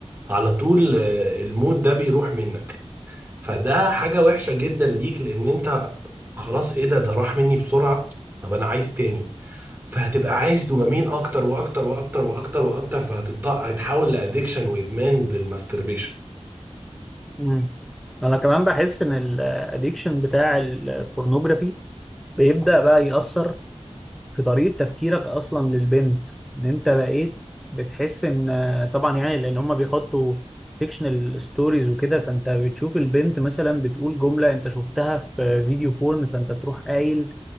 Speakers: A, on the right; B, in the centre.
A: على طول آه، المود ده بيروح منك فده حاجة وحشة جدا ليك لان انت خلاص ايه ده ده راح مني بسرعة طب انا عايز تاني فهتبقى عايز دوبامين اكتر واكتر واكتر واكتر واكتر فهتتحول لادكشن وادمان للماستربيشن
B: مم. انا كمان بحس ان الاديكشن بتاع البورنوجرافي بيبدأ بقى يأثر في طريقة تفكيرك اصلا للبنت ان انت بقيت بتحس ان آه، طبعا يعني لان هم بيحطوا فيكشنال ستوريز وكده فانت بتشوف البنت مثلا بتقول جملة انت شفتها في فيديو بورن فانت تروح قايل